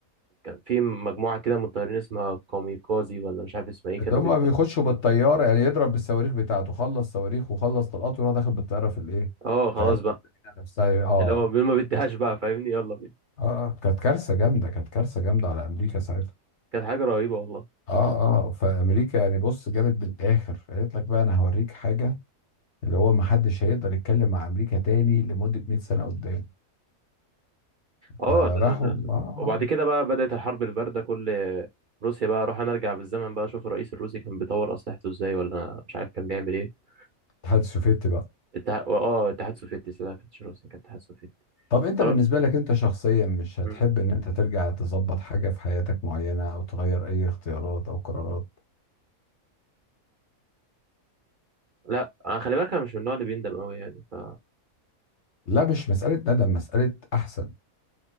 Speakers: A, on the right (about 50°); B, on the left (about 55°).
A: كان في مجموعة كده من الطيارين اسمها كاميكازي ولا مش عارف اسمها ايه كانوا
B: اللي هما
A: بيكون
B: بيخشوا بالطياره يعني يضرب بالصواريخ بتاعته خلص صواريخ وخلص طلقاته ويروح داخل بالطياره في الايه
A: اه خلاص
B: في قلب
A: بقى
B: السفينه نفسها اه
A: اللي هو بيقول ما بديهاش بقى فاهمني يلا بينا
B: اه آه. كانت كارثه جامده كانت كارثه جامده على امريكا ساعتها
A: كانت حاجة رهيبة والله
B: اه اه فامريكا يعني بص جابت بالاخر قالت لك بقى انا هوريك حاجه اللي هو ما حدش هيقدر يتكلم مع امريكا تاني لمده 100 سنه قدام
A: اه
B: فراحوا
A: لا لا
B: اه
A: وبعد
B: اه
A: كده بقى بدأت الحرب الباردة كل روسيا بقى اروح انا ارجع بالزمن بقى اشوف الرئيس الروسي كان بيطور اسلحته ازاي ولا مش عارف كان بيعمل ايه
B: الاتحاد السوفيتي بقى
A: الاتحاد اه الاتحاد السوفيتي لا ما كانتش روسيا كانت الاتحاد السوفيتي
B: طب انت
A: أر-
B: بالنسبه لك انت شخصيا مش هتحب
A: مم.
B: ان انت ترجع تظبط حاجه في حياتك معينه او تغير اي اختيارات او قرارات
A: لا انا خلي بالك انا مش من النوع اللي بيندم قوي يعني ف
B: لا مش مسألة ندم مسألة أحسن